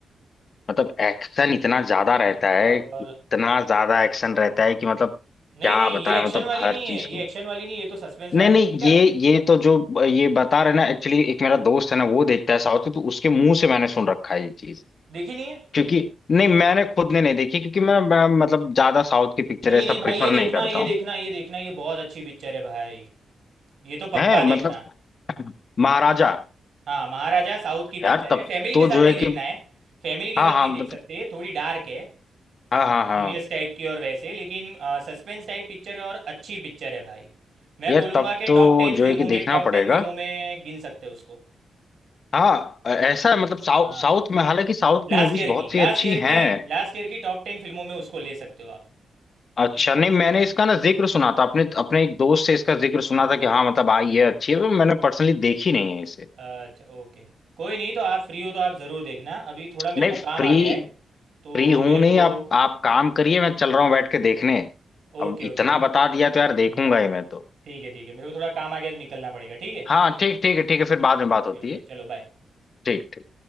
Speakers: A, on the left; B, on the right.
A: मतलब एक्शन इतना ज्यादा रहता
B: और
A: है इतना ज्यादा एक्शन रहता है कि मतलब
B: नहीं
A: क्या
B: नहीं
A: बताएं
B: ये एक्शन
A: मतलब
B: वाली
A: हर
B: नहीं
A: चीज
B: है
A: को
B: ये एक्शन वाली नहीं है ये तो सस्पेंस वाली
A: नहीं नहीं
B: है देखी
A: ये
B: आपने
A: ये तो जो ये बता रहे ना एक्चुअली एक मेरा दोस्त है ना वो देखता है साउथ की तो उसके मुंह से मैंने सुन रखा है ये चीज
B: देखी नहीं है
A: क्योंकि नहीं मैंने खुद ने नहीं देखी क्योंकि मैं, मैं मतलब ज्यादा साउथ की पिक्चर
B: नहीं
A: ऐसा
B: नहीं भाई
A: प्रिफर
B: ये देखना
A: नहीं करता
B: ये
A: हूँ
B: देखना ये देखना ये बहुत अच्छी पिक्चर है भाई ये तो
A: है
B: पक्का
A: मतलब
B: देखना
A: महाराजा
B: हाँ महाराजा साउथ की पिक्चर
A: यार तब
B: है फैमिली
A: तो
B: के साथ
A: जो
B: नहीं
A: है
B: देखना
A: कि
B: है फैमिली के
A: हाँ
B: साथ
A: हाँ
B: नहीं
A: मतलब
B: देख सकते थोड़ी डार्क है
A: हाँ हाँ हाँ
B: सीरियस टाइप की और वैसे लेकिन सस्पेंस टाइप पिक्चर है और अच्छी पिक्चर है भाई मैं
A: यार
B: बोलूँगा
A: तब
B: कि
A: तो
B: टॉप टेन
A: जो
B: फिल्मों
A: है कि देखना
B: में टॉप
A: पड़ेगा
B: टेन फिल्मों में गिन सकते हो उसको
A: हाँ अ- ऐसा है मतलब साउ,
B: हाँ
A: साउथ में हालांकि साउथ
B: लास्ट
A: की मूवीज
B: ईयर
A: बहुत
B: की
A: सी
B: लास्ट
A: अच्छी
B: ईयर
A: हैं
B: की लास्ट ईयर की टॉप टेन फिल्मों में उसको ले सकते हो आप
A: अच्छा
B: देखना
A: नहीं मैंने इसका ना जिक्र सुना था अपने अपने एक दोस्त से इसका जिक्र सुना था कि हाँ मतलब आई
B: हाँ।
A: है अच्छी है पर मैंने पर्सनली देखी नहीं है इसे
B: अच्छा ओके कोई नहीं तो आप फ्री हो तो आप ज़रूर देखना अभी थोड़ा
A: नहीं
B: मेरे को काम
A: फ्री
B: आ गया है तो
A: फ्री हूं
B: मेरे
A: नहीं
B: को
A: आप आप काम करिए मैं चल रहा हूँ बैठ के देखने अब
B: Okay okay
A: इतना
B: okay
A: बता दिया
B: हम्म,
A: तो यार देखूंगा
B: हम्म, हम्म।
A: ही मैं तो
B: ठीक है ठीक है मेरे को थोड़ा काम आ गया तो निकलना पड़ेगा ठीक है
A: हाँ ठीक ठीक है ठीक है फिर बाद में बात
B: ओके
A: होती
B: ओके
A: है
B: चलो बाय
A: ठीक ठीक